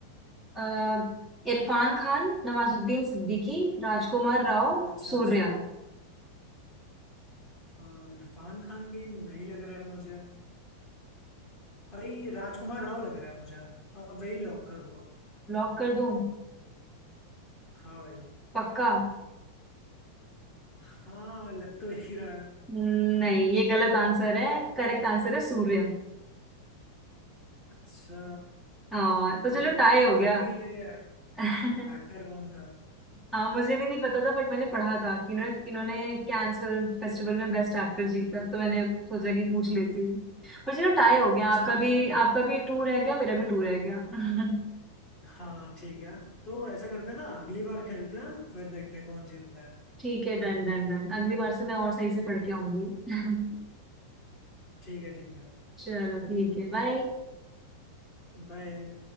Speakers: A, in the centre; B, on the left (about 30°).
A: अ, इरफान खान नवाजुद्दीन सिद्दीकी राजकुमार राव
B: अच्छा
A: सूर्या
B: अच्छा अ, इरफान खान भी नहीं लग रहा है मुझे भाई राजकुमार राव लग रहा है मुझे अब वही लॉक कर दो
A: लॉक कर दूं
B: हाँ भाई
A: पक्का
B: हाँ लग तो यही रहा है
A: नहीं ये गलत आंसर है करेक्ट आंसर है सूर्या
B: अच्छा
A: हाँ तो
B: भाई
A: चलो
B: मुझे
A: टाई
B: तो
A: हो
B: पता
A: गया
B: भी नहीं है ये
A: <laughs>
B: एक्टर कौन था
A: हाँ मुझे भी नहीं पता था बट मैंने पढ़ा था कि इन्होंने इन्होंने कैंस फिल्म फेस्टिवल में बेस्ट एक्टर जीता तो मैंने सोचा कि पूछ लेती हूँ पर चलो टाई हो गया
B: अच्छा
A: आपका
B: अच्छा
A: भी आपका भी टू रह गया मेरा भी टू रह गया <laughs>
B: हाँ ठीक है तो ऐसा करते हैं ना अगली बार खेलते हैं फिर देखते हैं कौन जीतता है
A: ठीक है डन डन डन अगली बार से मैं और सही से पढ़ के आऊंगी <laughs>
B: ठीक है ठीक है
A: चलो ठीक है बाय
B: बाय